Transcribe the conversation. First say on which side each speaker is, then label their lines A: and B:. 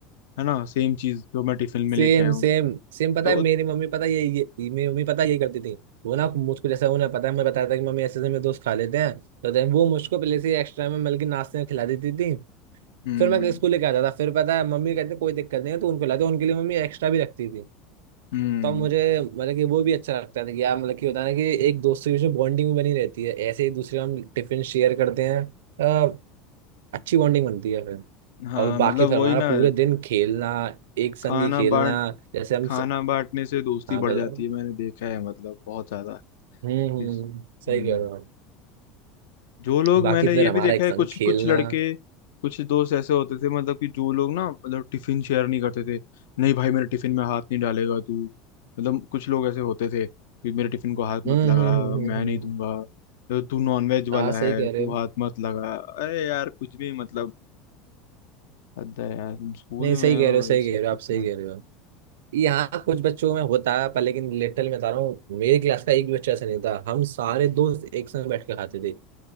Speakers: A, on the left (about 80°); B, on the right (about 85°).
A: है ना सेम चीज जो मैं टिफिन में
B: सेम
A: लेके आया हूँ
B: सेम सेम पता
A: तो
B: है मेरी मम्मी पता है ये, ये मेरी मम्मी पता है ये करती थी वो ना मुझको जैसा उन्हें पता है मैं बताया था कि मम्मी ऐसे ऐसे मेरे दोस्त खा लेते हैं तो then वो मुझको पहले से एक्स्ट्रा में मतलब कि नाश्ते में खिला देती थी
A: हम्म
B: फिर मैं स्कूल लेके आता था फिर पता है मम्मी कहते कोई दिक्कत नहीं है तो उनको खिलाते उनके लिए मम्मी एक्स्ट्रा भी रखती थी
A: हम्म
B: तो मुझे मतलब कि वो भी अच्छा लगता था कि यार मतलब कि होता है ना कि एक दोस्त के बीच में बॉन्डिंग बनी रहती है ऐसे ही दूसरे हम टिफिन शेयर करते हैं अच्छी बॉन्डिंग बनती है फिर
A: हाँ
B: और
A: मतलब
B: बाकी फिर
A: वही
B: हमारा
A: ना
B: पूरे दिन खेलना एक संग
A: खाना
B: ही खेलना
A: बांट
B: जैसे हम
A: खाना
B: स...
A: बांटने से दोस्ती
B: हाँ बताओ
A: बढ़ जाती है मैंने देखा है मतलब बहुत ज्यादा
B: हम्म हम्म
A: इस-
B: हम्म, सही
A: हम्म
B: कह रहे हो आप।
A: जो लोग
B: बाकी
A: मैंने
B: फिर
A: ये
B: हमारा
A: भी देखा
B: एक
A: है
B: संग
A: कुछ
B: खेलना
A: कुछ लड़के कुछ दोस्त ऐसे होते थे मतलब कि जो लोग ना मतलब टिफिन शेयर नहीं करते थे नहीं भाई मेरे टिफिन में हाथ नहीं डालेगा तू मतलब कुछ लोग ऐसे होते थे कि मेरे टिफिन को हाथ मत
B: हम्म
A: लगा
B: हम्म हम्म
A: मैं
B: हम्म हम्म।
A: नहीं दूंगा
B: हम्म।
A: तो तू नॉनवेज
B: हाँ
A: वाला
B: सही
A: है
B: कह
A: तू
B: रहे हो
A: हाथ मत लगा अरे यार कुछ भी मतलब हद है यार तुम स्कूल
B: नहीं सही
A: में
B: कह
A: हो
B: रहे हो सही
A: ये सब
B: कह रहे हो
A: करते
B: आप सही
A: हैं
B: कह रहे हो यहाँ कुछ बच्चों में होता है पर लेकिन लिटरली मैं बता रहा हूँ मेरे क्लास का एक भी बच्चा ऐसा नहीं था हम सारे दोस्त एक संग बैठ के खाते थे